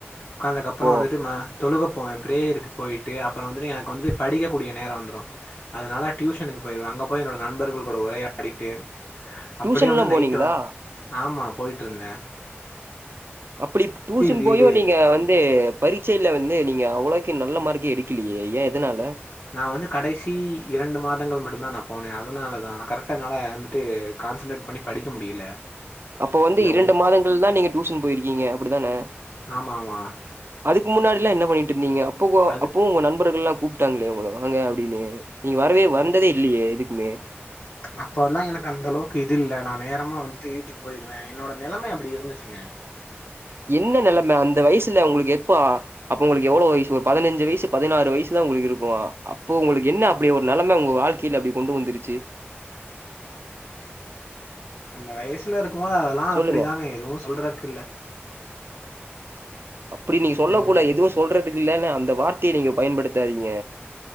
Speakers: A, on the left; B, on the right.
A: ஒக்காந்தகப்பறோ
B: இப்போ
A: வந்துட்டு தொழுக போவே பிரேயருக்கு போயிட்டு அப்பறோ வந்துட்டு எனக்கு வந்துட்டு படிக்க கூடிய நேரோ வந்துரு அதனால டியூஷனுக்கு போயிருவே அங்க போய் என்னோட நண்பர்கள் கூட உரையாடிட்டு அப்டியே
B: டியூஷன்லா
A: வந்து நைட்டு
B: போனீங்களா?
A: வந் ஆமா போய்ட்டுருந்தே
B: அப்டி டியூஷன்
A: வீடு
B: போயு நீங்க வந்து பரட்சையில வந்து நீங்க அவ்ளக்கு நல்ல மார்க்கே எடுக்கலையே ஏ எதனால
A: நா வந்து கடைசி இரண்டு மாதங்கள் மட்டுந்தா நா போனே அதனால தா கரெக்டா என்னால வந்துட்டு கான்சன்ட்ரேட் பண்ணி படிக்க முடியல
B: அப்ப வந்து
A: இல்ல
B: இரண்டு
A: ஒன்
B: மாதங்கள் தா நீங்க டியூஷன் போயிருக்கீங்க அப்டிதான
A: ஆமா ஆமா
B: அதுக்கு முன்னாடில்லா என்ன பண்ணிட்டு இருந்தீங்க அப்போ
A: அது
B: அப்பவு உங்க நண்பர்கள்ல்லா கூப்ட்டாங்களே உங்கள வாங்க அப்டின்னு நீங்க வரவே வந்ததே இல்லையே எதுக்குமே
A: அப்ப எல்லா எனக்கு அந்த அளவுக்கு இது இல்ல நா நேரமா வந்துட்டு வீட்டுக்கு போயிருவே என்னோட நெலமை அப்டி இருந்துச்சிங்க
B: என்ன நெலமை அந்த வயசுல உங்களுக்கு எப்ப அப்ப உங்களுக்கு எவ்வளவு வயசு ஒரு பதினஞ்சி வயசு பதினாறு வயசுதா உங்களுக்கு இருக்கு அப்போ உங்களுக்கு என்ன அப்டி ஒரு நெலம உங்க வாழ்க்கையில அப்டி கொண்டு வந்துருச்சி
A: அந்த வயசுல இருக்கும் போது அதெல்லா
B: சொல்லுங்க.
A: அப்டிதாங்க எதுவு சொல்றக்கு இல்ல
B: அப்டி நீங்க சொல்ல
A: ம்
B: கூடாது எதுவு சொல்றதுக்கு இல்லன்னு அந்த வார்த்தையை நீங்க பயன்படுத்தாதீங்க